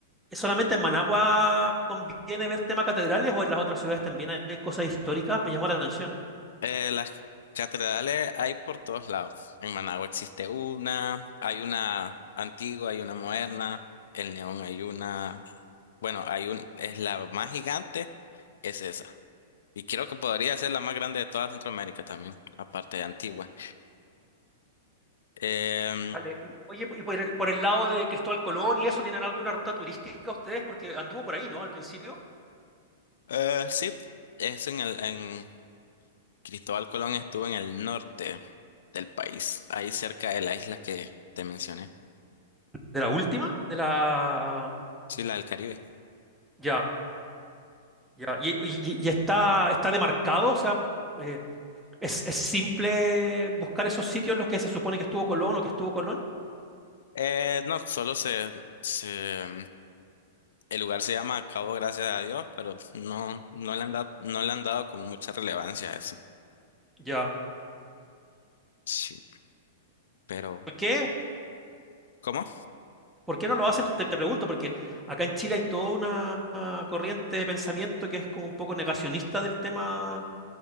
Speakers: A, in the centre; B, on the left (about 80°).
A: ¿Solamente en Managua conviene ver temas catedrales o en las otras ciudades también hay cosas históricas? Me llamó la atención.
B: Eh, las catedrales hay por todos lados. En Managua existe una, hay una antigua, hay una moderna. En León hay una, bueno, hay un, es la más gigante, es esa. Y creo que podría ser la más grande de toda Centroamérica también, aparte de Antigua. Em,
A: Vale. y- Oye, y por el, por el lado de Cristóbal Colón y eso, ¿tienen alguna ruta turística ustedes? Porque anduvo por ahí, ¿no? Al principio.
B: eh, sí, es en el, en Cristóbal Colón estuvo en el norte del país, ahí cerca de la isla que te mencioné.
A: ¿De la última? De la...
B: Sí, la del Caribe.
A: Ya, ya. ¿Y, y- y está, está demarcado? O sea, eh, ¿es, es simple buscar esos sitios en los que se supone que estuvo Colón o que estuvo Colón?
B: Eh, no, solo se, se, el lugar se llama Cabo Gracias a Dios, pero no, no le han dado, no le han dado como mucha relevancia a eso.
A: Ya.
B: Sí, pero,
A: ¿Por qué?
B: ¿cómo?
A: ¿Por qué no lo hacen? Te, te pregunto, porque acá en Chile hay toda una ah, corriente de pensamiento que es como un poco negacionista del tema